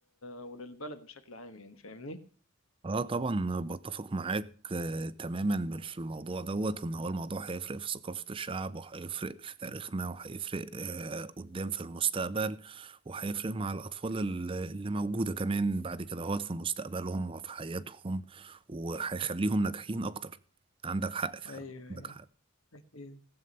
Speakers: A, on the left; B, on the right.
A: وللبلد بشكل عام يعني فاهمني؟
B: اه طبعا بتفق معاك آه، تماما في الموضوع دوت وان هو الموضوع هيفرق في ثقافة الشعب وهيفرق في تاريخنا وهيفرق آه، قدام في المستقبل وهيفرق مع الأطفال ال- اللي موجودة كمان بعد كده هوت في مستقبلهم وفي حياتهم وهيخليهم ناجحين أكتر عندك حق فعلا
A: أيوه
B: عندك
A: أيوه
B: حق
A: أكيد.